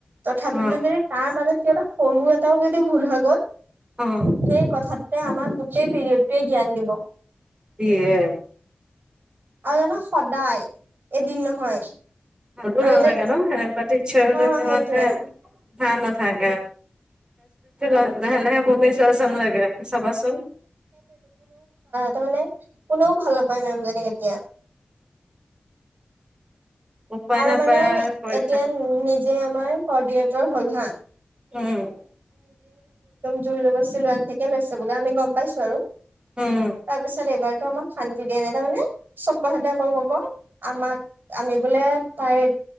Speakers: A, on the right; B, on the right.
A: তথাপি
B: অ',
A: ম তাৰ মাজত কিব এটা সৰুব এটাও যদি ভুল হৈ গ'ল। সেই
B: অ',
A: কথাতে আমাক গোটেই পিৰিয়ডটোৱে জ্ঞান দিব।
B: এয়ে
A: আৰু জানো সদায় এদিন নহয়।
B: ভো
A: আৰু
B: নাল
A: যে
B: লাগে ন এনেকুৱাতি ইচ্ছা হলে
A: অ সেইটোয়ে
B: মানে ভ নাথাকাকে। লাহ - লাহে - লাহে মমি চোৱাচ ন লাগে চাবাচোন।
A: তাৰ মানে কোনেও ভাল নাপায় মেম যেনে কেতিয়া
B: উপায়
A: আৰু
B: নাপায়
A: মানে
B: আৰু কৰি
A: এতিয়া
B: থাকো
A: নিজে আমাৰ কৰ্ডিনেটৰ হ'লহা
B: উম,
A: দৰ জব্তী ল আ থাকে লৈছে বোলে আমি গম পাইছো আৰু
B: উম
A: তাৰপিছত এইবাৰতো আমাক শান্তি দিয়া নাই তাৰমানে চব কথাতে অকল কব আমাক আমি বোলে তাইৰ